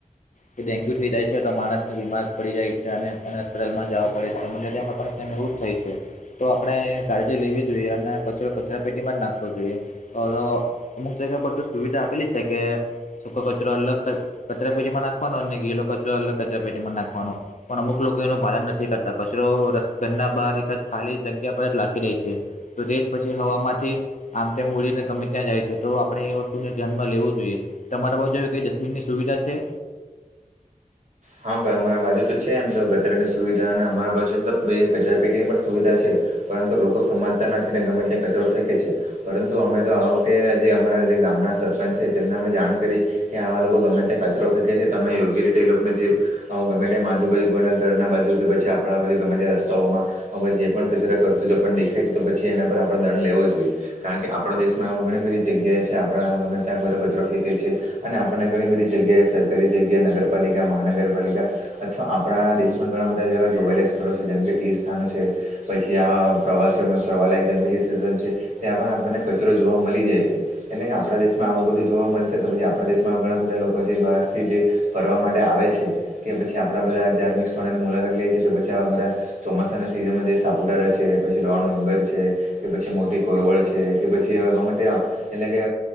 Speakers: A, on the left (about 60°); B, on the right (about 60°).
A: કે ડેન્ગ્યુ થઈ જાય છે તો માણસને બીમાર પડી જાય છે અને એને હોસ્પિટલમાં જાવા પડે છે તેમાં પણ એમ એવું જ થાય છે તો આપણે કાળજી લેવી જોઈએ અને કચરો કચરાપેટીમાં જ નાખવો જોઈએ. અવે તો અમુક જગ્યા પર તો સુવિધા આપેલી જ છે કે સૂકો કચરો અલગ કચરાપેટીમાં નાખવાનો અને ગીલો કચરો અલગ કચરાપેટીમાં નાખવાનો. પણ અમુક લોકો એનું પાલન નથી કરતાં, કચરો ઘરના બહાર એકાદ ખાલી જગ્યા પર જ લાખી દે છે. તો તે જ પછી હવામાંથી આમતેમ ઉડીને ગમે ત્યાં જાય છે તો આપણે ધ્યાનમાં લેવું જોઈએ તમારે બાજુ આવી કઈ ડસ્ટબિનની સુવિધા છે?
B: હા ભાઈ અમારા બાજુ તો છે એમ તો ગટરની સુવિધા અને અમારા બાજુ એમ તો કચરાપેટીની પણ સુવિધા છે. પરંતુ લોકો સમાજતા નથી ને ગમે ત્યાં કચરો ફેંકે છે. પરંતુ અમે તો આ વખતે આજે અમારા જે ગામનાં સરપંચ છે તેમને અમે જાણ કરી. કે આવા લોકો ગમે ત્યાં કચરો ફેકે છે તમે યોગ્ય રીતે એ લોકને જે આવું ગમે તેમ આજુબાજુ કોઈના ઘરનાં બાજુ કે પછી આપણા બાજુ ગમે ત્યાં રસ્તાઓમાં હવે જે પણ કચરા કરતું જો આપણને દેખાય તો તો પછી એના પર આપણે દંડ લેવો જોઈએ. કારણ કે આપણા દેશમાં એવો ઘણી બધી જગ્યાએ છે આપણાં ગમે ત્યાં બધો કચરો ફેંકે છે. અને આપણને ઘણી બધી જગ્યાએ સરકારી જગ્યાએ નગરપાલિકા મહાનગરપાલિકા અથવા આપણા દેશમાં ઘણાં બધા જેવા જોવાયલા સ્થળો છે જેમ કે તીર્થસ્થાનો છે. પછી આવા પ્રવાસીઓમાં ફરવાલાયક જેમ કે ની સિઝન છે. ત્યાં પણ આપણને કચરો જોવા મલી જાય છે. એટલે કે આપણા દેશમાં આવું બધું જોવા મલશે તો પછી આપણા દેશમાં ઘણાં બધાં લોકો જે બહારથી જે ફરવા માટ આવે છે કે પછી આપણા બધાં ધાર્મિક સ્થળોની મુલાકાત લે છે કે પછી આવાં બધાં ચોમાસાના સિઝનમાં જે સાપુતારા છે પછી ડોન ડુંગર છે. કે પછી મોટી કોરવડ છે કે પછી અ ગમે ત્યાં એટલે કે